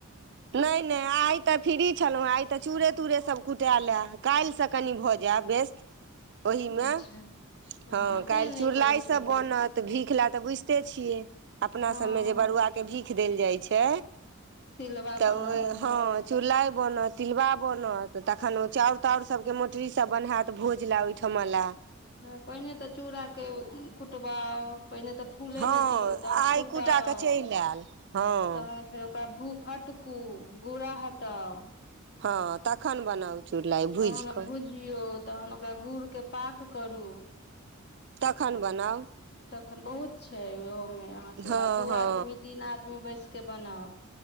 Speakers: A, on the right; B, on the left.
A: नहि नहि आइ त फ्री छलहुं हँ आइ त चूड़े तूड़े सब कुटेलए काल्हिसँ कनि भऽ जायब व्यस्त ओहिमे
B: अच्छा
A: हँ काल्हि
B: तें नहि
A: चुड़लाय
B: करै
A: सभ
B: छलहुँ
A: बनत भीख लए तऽ बुझिते छियै अपना
B: हँ
A: सबमे जे बरुआ के भीख देल जाइ छै
B: तिलबा
A: तऽ
B: बनत
A: ओ हँ चू रलाइ बनत तिलबा बनत तखन ओ चाउर ताउर सबके मोटरी सब बन्हाएत भोज ले ओहिठाम मला
B: हं पहिने तऽ चूड़ाक के कुटबाउ पहिने तऽ फूलय
A: हँ
B: ने दियौ तहन
A: आइ
B: कुटाउ
A: कुटा के चलि
B: तहन
A: आयल हँ
B: फेर ओकरा भू फट कु गुड़ा हटाउ
A: हँ तखन बनाउ चुड़लाइ भुजि
B: तहन
A: कऽ
B: भुजियौ तहन ओकरा गुड़के पाक करू
A: तखन बनाउ
B: तखन बहुत छै ओहोमे अहाँके
A: हँ
B: आ दू
A: हँ
B: आदमी तीन आदमी बैस के बनाओ